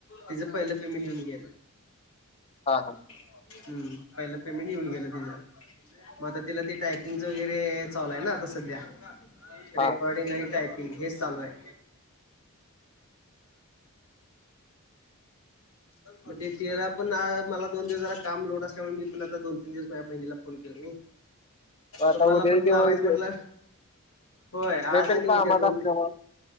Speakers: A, on the left; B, on the left.
A: तिचं पहिलं पेमेंट येऊन गेल.
B: हा. हा
A: हम्म, पहिलं पेमेंट येऊन गेलं तिचं. मग आता तिला ते टायपिंगचं वगैरे चालू हाय ना आता सध्या.
B: हा
A: रेकॉर्डिंग आणि टयपिंग हेच चालू आहे. मग ते तिला पण मला दोन दिवसाला काम लोट असल्यामुळे मी पण आता दोन तीन दिवस माझ बहिणीला फोन केला नाही.
B: मग आता
A: तुम्हाला
B: उद्या
A: पण
B: दिवस
A: लावायचं म्हटलं. होय आज
B: मी पण
A: आणि उद्या
B: कामात
A: दोन
B: असल्यामुळे